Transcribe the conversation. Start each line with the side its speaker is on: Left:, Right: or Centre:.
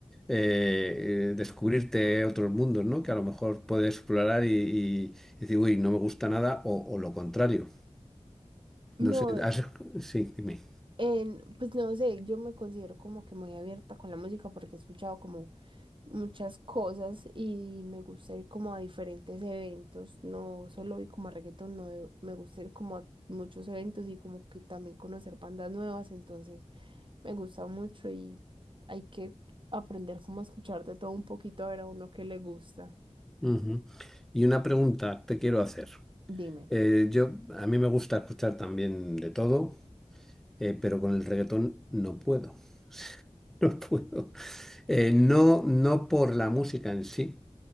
Centre: eh, descubrirte otros mundos, ¿no? Que a lo mejor puedes explorar y, y decir, uy, no me gusta nada, o, o lo contrario.
Right: No.
Centre: No sé, has- sí, dime.
Right: En, pues no sé, yo me considero como que muy abierta con la música porque he escuchado como muchas cosas y me gusta ir como a diferentes eventos, no solo ir como a reggaetón, no, eh, me gusta ir como a muchos eventos y como que también conocer bandas nuevas, entonces me gusta mucho y hay que aprender como a escuchar de todo un poquito a ver a uno que le gusta.
Centre: Ujú. Y una pregunta te quiero hacer.
Right: Dime.
Centre: Eh, yo, a mí me gusta escuchar también de todo, eh, pero con el reggaetón no puedo. <laughs> No puedo. Eh, no, no por la música en sí,